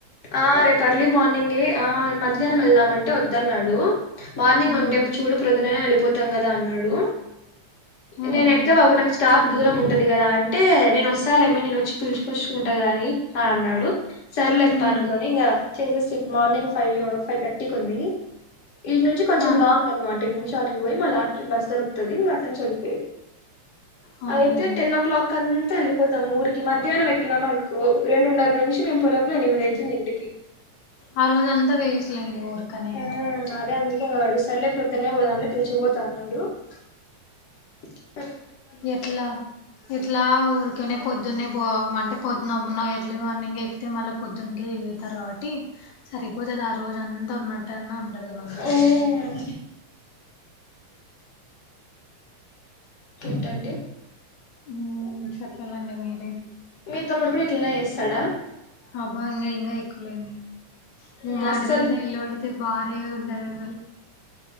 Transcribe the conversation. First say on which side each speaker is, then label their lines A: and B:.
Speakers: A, on the left; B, on the left.
A: ఆ రేపు అర్లీ మార్నింగి ఆ మధ్యానం వెళ్దాం అంటే వద్దన్నాడు మార్నింగ్
B: ఉమ్
A: ఉంటేం చూడు ప్రొదుననే వెళ్ళిపోతాం కదా అన్నాడు
B: ఉమ్
A: నేను ఎట్లా
B: ఉమ్
A: బాబు నాకు స్టాప్ దూరం ఉంటది కదా అంటే నేను వస్తాలేేమ నేను పిలుచుకొచ్చుకుంటా గాని అన్నాడు సర్లే
B: ఉమ్
A: పడుకొని ఇంకా చేసేసి మార్నింగ్ ఫైవ్ ఫైవ్ థర్టీకి ఉంది ఇటీ నుంచి కొంచెం
B: ఆ
A: లాంగ్ అనమాట ఇ నుంచి అడిగి పోయి మళ్ళీ అ బస్ దొరుకుతుంది ఇంకా అట నుంచి వెళ్ళపోయది
B: అవునులేండి
A: అయితే టెన్ ఓ క్లాక్ అంత అలి పోతాము ఊరికి మధ్యాహ్నం ఎక్కినం అనుకో రెండున్నర నుంచి మేము పోయిలోపల ఎనిమిది అవుతుంది ఇంటికి
B: ఆ రోజు అంతా వేస్ట్లేండి ఊర్కనే
A: మ్మ్ అదే అందుకే వాడు సర్లే ప్రొదునే పోదాంలే పిలిచిపోతాన్నాడు <inaudible>
B: ఎట్లా ఇట్లా ఊరికనే పొద్దున్నే పో అంటే పొద్దునమ్న్న ఎర్లీ మార్నింగ్ ఎక్కితే మళ్ళీ పొద్దున్నకే తారు కాబట్టి సరిపోతుది ఆ రోజు అంతా ఉన్నట్టు అన్నా ఉండది అంతా
A: మ్మ్ ఏంటండి
B: మ్మ్ చెప్పాలండి మీరే
A: మీ తమ్ముడు కూడా ఇట్లనే చేస్తాడా
B: అబా ఇంకా ఇంకా ఎక్కువలేంది
A: మ్
B: మాటమింద
A: అస్సల్
B: నిలబడితే బారీగా ఉంటది అసలు